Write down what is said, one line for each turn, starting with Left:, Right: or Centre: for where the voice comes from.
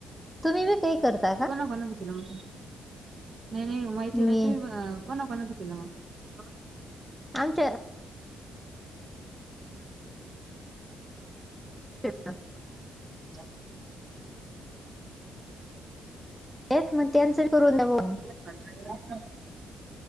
Centre: तुम्ही बी काही करता का?
Right: कोणा कोणा च केला म, नाही नाही माहिती
Centre: मी
Right: <unintelligible> कोणा कोणाचे केलं म.
Centre: आमच्या <unintelligible>
Right: <unintelligible>
Centre: एक म त्यांचं करून द्या ब.
Right: <unintelligible>